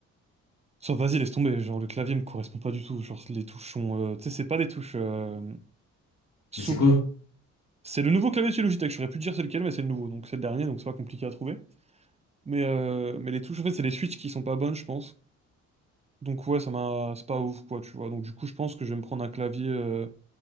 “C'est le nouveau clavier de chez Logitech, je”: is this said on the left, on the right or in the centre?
Right